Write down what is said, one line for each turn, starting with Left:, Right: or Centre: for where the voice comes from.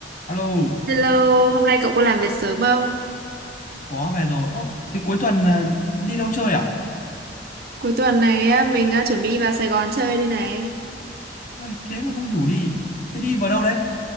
Left: Alo,
Right: Hello, hôm nay cậu có làm việc sớm không?
Left: có về rồi. Ô, thế cuối tuần ờ, đi đâu chơi à?
Right: Cuối tuần này á, mình á, chuẩn bị vào Sài Gòn chơi đây này.
Left: Ôi, thế mà không rủ đi. Thế đi vào đâu đấy?